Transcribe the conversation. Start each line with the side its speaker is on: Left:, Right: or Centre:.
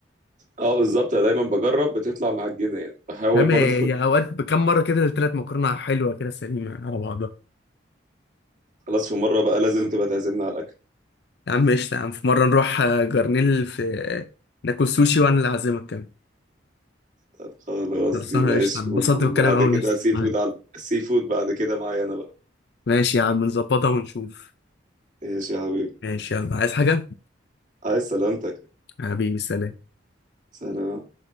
Right: اه بالظبط انا دايما بجرب بتطلع معجنه يعني بحاول
Left: فاهم
Right: برضو
Left: هي
Right: <laughs>
Left: اوقات بكام مره كده التلات مكرونه حلوه كده سليمه على بعضها
Right: خلاص في مره بقى لازم تبقى تعزمنا على
Left: يا عم قشطه يا عم في مره نروح آه، جرنيل في آه، ناكل سوشي وانا اللي اعزمك كمان
Right: طب خلاص
Left: خلصانه
Right: دي ماشي
Left: قشطه اتبسطت
Right: وبعد
Left: بالكلام قوي
Right: كده
Left: يا اسطى.
Right: سي فود على السي فود بعد كده معايا انا بقى
Left: ماشي يا عم نظبطها ونشوف
Right: ماشي يا حبيبي
Left: ماشي يلا عايز حاجة
Right: عايز سلامتك
Left: حبيبي سلام
Right: سلام